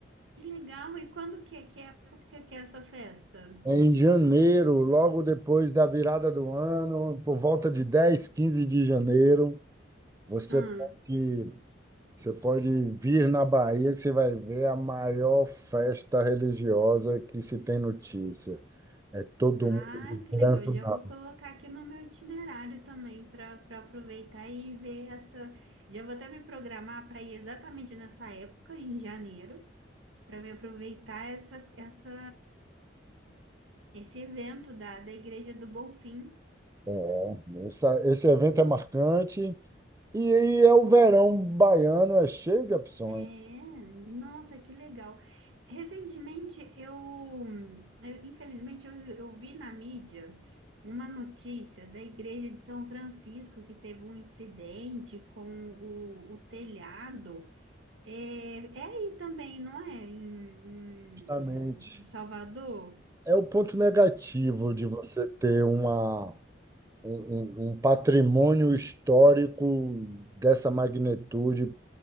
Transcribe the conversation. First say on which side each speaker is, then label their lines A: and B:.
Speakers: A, on the right; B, on the right.
A: que legal. E quando que, é- que época que é essa festa?
B: É em janeiro, logo depois da virada do ano, por volta de dez quinze de janeiro, você
A: Hum.
B: pode, você pode vir na Bahia que você vai ver a maior festa religiosa que se tem notícia. É todo
A: Ah,
B: mundo de
A: que legal.
B: branco
A: Já
B: na
A: vou colocar aqui no meu itinerário também para para aproveitar e ver essa. Já vou até me programar para ir exatamente nessa época, em janeiro, para me aproveitar essa, essa, esse evento da, da Igreja do Bonfim.
B: é, essa- esse evento é marcante E aí é o verão baiano, é cheio de opções,
A: É, nossa, que legal. Recentemente eu, eu- infelizmente, eu, eu vi na mídia uma notícia da Igreja de São Francisco que teve um incidente com o o telhado. É, é aí também, não é? Em, em-
B: justamente.
A: em Salvador?
B: É o ponto negativo de você ter uma, um, um- um patrimônio histórico dessa magnitude,